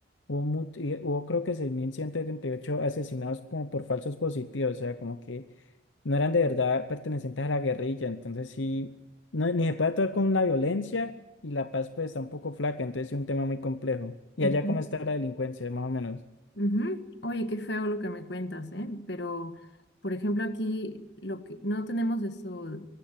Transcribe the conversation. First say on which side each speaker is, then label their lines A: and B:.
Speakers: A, on the left; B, on the left.
A: Hubo, mu- y hubo creo que 6.178 asesinados como por falsos positivos, o sea, como que no eran de verdad pertenecientes a la guerrilla. Entonces sí, no, ni se puede actuar con la violencia y la paz pues está un poco flaca, entonces es un tema muy complejo. ¿Y
B: ujú.
A: allá cómo está la delincuencia, más o menos?
B: Ujú. Oye, qué feo lo que me cuentas, ¿eh? Pero, por ejemplo, aquí lo que no tenemos eso